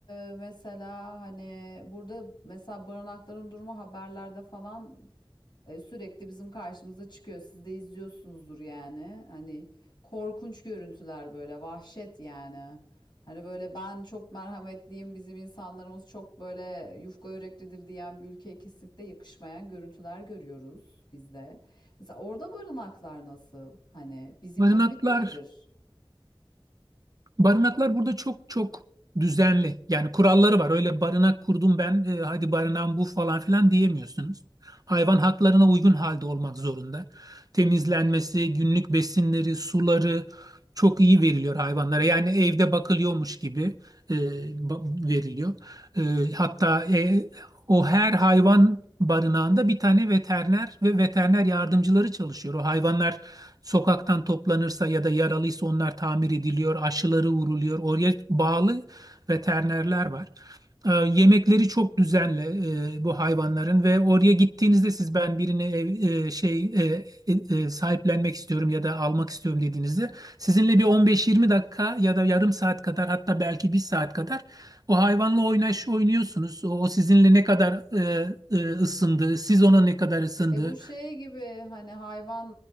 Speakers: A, on the left; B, on the right.
A: e, mesela hani burada mesela barınakların durumu haberlerde falan E, sürekli bizim karşımıza çıkıyor. Siz de izliyorsunuzdur yani. Hani korkunç görüntüler böyle vahşet yani. Hani böyle ben çok merhametliyim, bizim insanlarımız çok böyle yufka yüreklidir diyen bir ülkeye kesinlikle yakışmayan görüntüler görüyoruz biz de. Mesela orada barınaklar nasıl? Hani bizimki
B: Barınaklar
A: gibi değildir.
B: Barınaklar burada çok çok düzenli. Yani kuralları var. Öyle barınak kurdum ben, e, hadi barınağım bu falan
A: Hmm.
B: filan diyemiyorsunuz. Hayvan haklarına uygun halde olmak zorunda. Temizlenmesi, günlük besinleri, suları çok iyi veriliyor hayvanlara. Yani evde bakılıyormuş gibi e, ba- veriliyor. E, hatta e, o her hayvan barınağında bir tane veteriner ve veteriner yardımcıları çalışıyor. O hayvanlar Sokaktan toplanırsa ya da yaralıysa onlar tamir ediliyor, aşıları vuruluyor. Oraya bağlı veterinerler var. Ee, yemekleri çok düzenli e, bu hayvanların ve oraya gittiğinizde siz ben birini ev- e, şey e, e, e, sahiplenmek istiyorum ya da almak istiyorum dediğinizde sizinle bir 15-20 dakika ya da yarım saat kadar hatta belki bir saat kadar o hayvanla oynaş oynuyorsunuz. O, o sizinle ne kadar e, e, ısındı, siz ona ne kadar ısındı.
A: E bu şey gibi hani hayvan